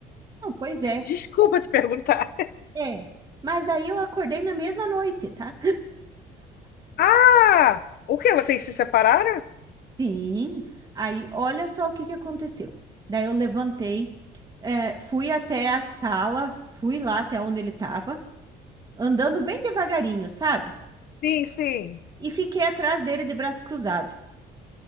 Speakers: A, on the right (about 25°); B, on the left (about 65°).
A: não, pois é,
B: Desculpa te perguntar.
A: é. Mas daí eu acordei na mesma noite, tá?
B: Ah! O quê? Vocês se separaram?
A: Sim, aí olha só o que que aconteceu. Daí eu levantei, eh, fui até a sala, fui lá até onde ele estava, andando bem devagarinho, sabe?
B: Sim, sim.
A: E fiquei atrás dele de braço cruzado.